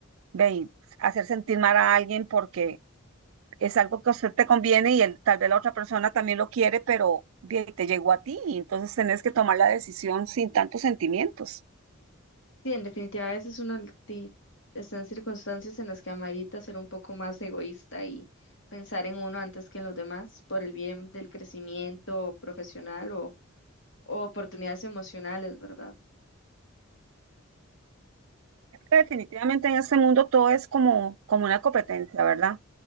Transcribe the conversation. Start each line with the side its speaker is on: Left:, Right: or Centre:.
Right: ve, hacer sentir mal a alguien porque es algo que a usted te conviene y el- tal vez la otra persona también lo quiere, pero bien, te llegó a ti y entonces tenés que tomar la decisión sin tantos sentimientos.
Left: sí, en definitiva, a veces uno l- ti- está en circunstancias en las que amerita ser un poco más egoísta y pensar en uno antes que en los demás por el bien del crecimiento profesional o, o oportunidades emocionales, ¿verdad?
Right: Que Definitivamente en este mundo todo es como, como una competencia, ¿verdad?